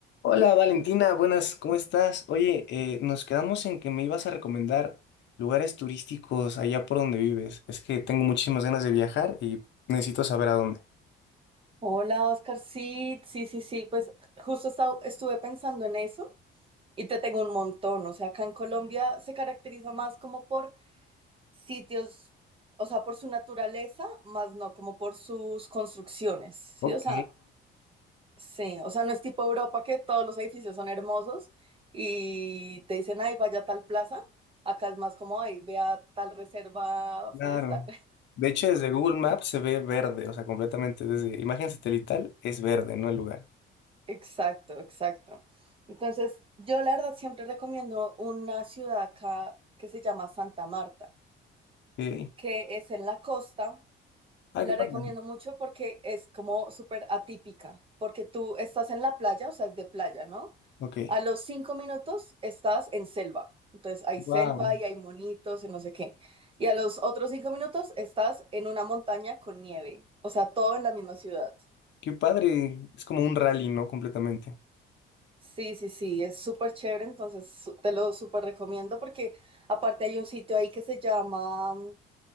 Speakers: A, on the left; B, on the right.
A: Hola Valentina, buenas, ¿cómo estás? Oye, eh, nos quedamos en que me ibas a recomendar lugares turísticos allá por donde vives. Es que tengo muchísimas ganas de viajar y necesito saber a dónde.
B: Hola, Oscar. Sí, sí, sí, sí. Pues justo esta- estuve pensando en eso y te tengo un montón. O sea, acá en Colombia se caracteriza más como por sitios, o sea, por su naturaleza, más no como por sus construcciones. Sí,
A: Ok,
B: o sea, sí. O sea, no es tipo Europa que todos los edificios son hermosos y te dicen, ay, vaya a tal plaza. Acá es más como, ay, vea tal reserva
A: claro.
B: forestal.
A: De hecho, desde Google Maps se ve verde, o sea, completamente. Desde imagen satelital es verde, no el lugar.
B: Exacto, exacto. Entonces, yo la verdad siempre recomiendo una ciudad acá que se llama Santa Marta,
A: Sí.
B: que es en la costa.
A: Ah,
B: La
A: qué padre.
B: recomiendo mucho porque es como súper atípica, porque tú estás en la playa, o sea, es de playa, ¿no?
A: Ok.
B: A los cinco minutos estás en selva. Entonces, hay selva
A: Wow.
B: y hay monitos y no sé qué. Y a los otros cinco minutos estás en una montaña con nieve, o sea, todo en la misma ciudad.
A: Qué padre. Es como un rally, ¿no? Completamente.
B: Sí, sí, sí, es súper chévere, entonces su- te lo súper recomiendo porque aparte hay un sitio ahí que se llama mm,